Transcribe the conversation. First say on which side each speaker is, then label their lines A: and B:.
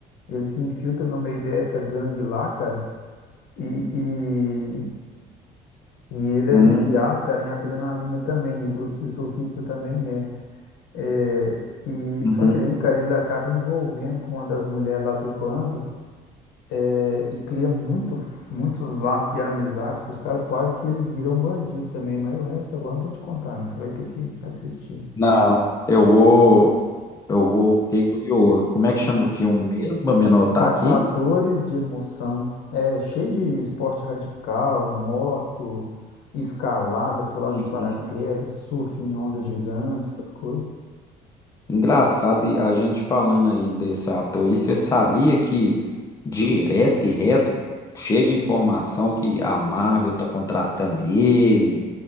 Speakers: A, on the left; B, on the left.
A: Ele se infiltra no meio dessa gangue lá, cara. E, e, e ele
B: hum,
A: é viciado, cara, em adrenalina também. O grupo de surfista também é. É, e,
B: uhum.
A: só que aí, cara, ele acaba envolvendo com uma das mulheres lá do bando é, e cria muito, muito laço de amizade que os caras quase que ele vira um bandido também. Mas o resto agora eu não vou te contar, não. Você vai ter que assistir.
B: Não, eu vou. Eu vou, fiquei curioso. Como é que
A: Mas
B: chama o filme mesmo? Pra me anotar
A: Caçadores
B: aqui.
A: de emoção. É cheio de esporte radical, moto, escalada, pulada
B: Uhum.
A: de paraquedas, surf em ondas gigantes, essas coisas.
B: Engraçado, e a gente falando aí desse ator. E você sabia que direto e reto chega informação que a Marvel tá contratando ele,